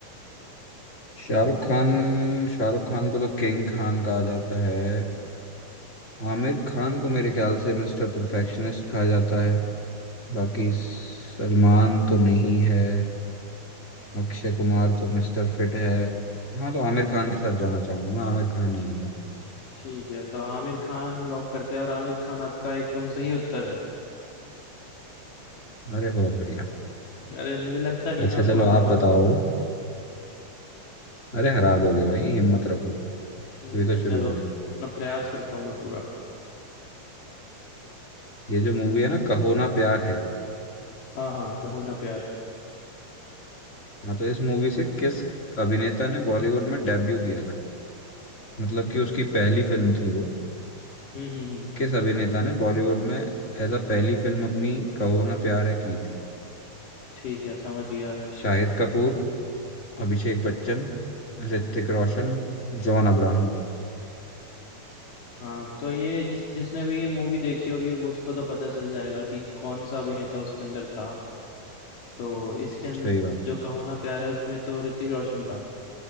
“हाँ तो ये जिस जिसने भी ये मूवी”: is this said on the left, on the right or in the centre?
Left